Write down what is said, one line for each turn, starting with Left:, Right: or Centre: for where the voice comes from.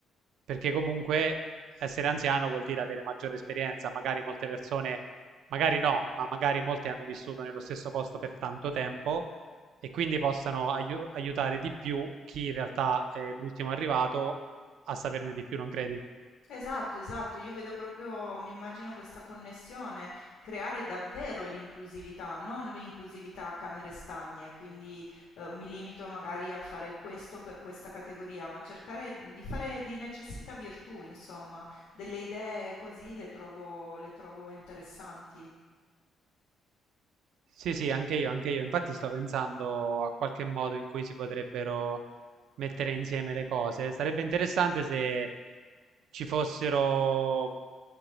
Right: perché comunque essere anziano vuol dire avere maggiore esperienza, magari molte persone, magari no, ma magari molte hanno vissuto nello stesso posto per tanto tempo e quindi possano aiu- aiutare di più chi in realtà è l'ultimo arrivato a saperne di più, non credi?
Left: Esatto, esatto, io vedo proprio, mi immagino questa connessione, creare davvero l'inclusività, non l'inclusività a camere stagne, quindi eh, mi limito magari a fare questo per questa categoria, ma cercare di fare di necessità virtù, insomma, delle idee così le trovo, le trovo interessanti.
Right: Sì, sì, anche io, anche io. Infatti sto pensando a qualche modo in cui si potrebbero mettere insieme le cose. Sarebbe interessante se ci fossero